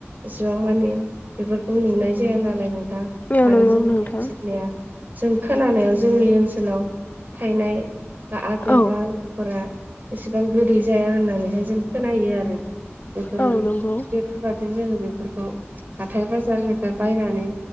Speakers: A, on the right; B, on the left.
A: एसेबां मानि बेफोरखौ नुनाय जाया नालाय नोंथां
B: औ नंगौ
A: आरो जोंनि
B: नोंथां
A: ओनसोलनिया जों खोनानायाव जोंनि ओनसोलाव थाइनाय बा आफेल
B: औ
A: बा आंगुरफोरा एसेबां गोलै जाया होननानैहाय जों खोनायो आरो। बेफोर
B: औ नंगौ
A: बेफोरबादिनो जोंङो बेफोरखौ हाथाय बाजारनिफ्राय बायनानै